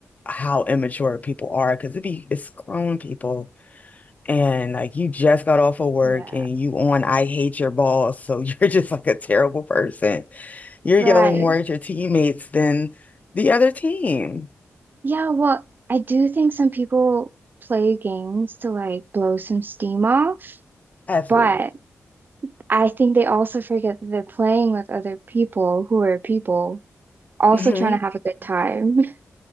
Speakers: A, on the left; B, on the right.
A: how immature people are because it be it's grown people and like you just got off of work
B: Yeah.
A: and you on I hate your boss, so <laughs> you're just like a terrible person. You're
B: Right.
A: yelling more at your teammates than the other team.
B: Yeah, well, I do think some people play games to like blow some steam off,
A: Absolutely.
B: but I think they also forget that they're playing with other people who are people also
A: Mm-hmm.
B: trying to have a good time. <laughs>